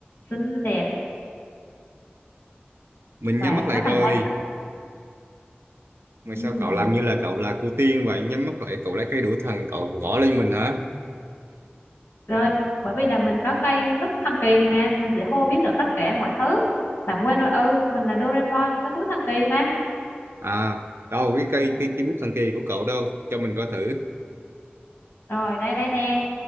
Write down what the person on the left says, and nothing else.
xinh đẹp
và
rất
là nam tính.
Ừ.
Rồi, bởi vì là mình có cây nút thần kỳ mà, mình sẽ hô biến được tất cả mọi thứ. Bạn quên rồi, ừ, mình là Doraemon, có túi thần kỳ mà.
Rồi, đây đây nè.